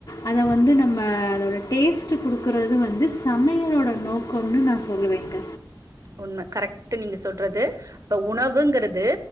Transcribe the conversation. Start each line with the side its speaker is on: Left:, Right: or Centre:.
Left: அதை வந்து நம்ம அதோட டேஸ்ட்டு கொடுக்குறது வந்து சமையலோட நோக்கம்னு நான் சொல்லுவேங்க
Right: உண்மை கரெக்ட் நீங்க சொல்றது இப்ப உணவுங்கிறது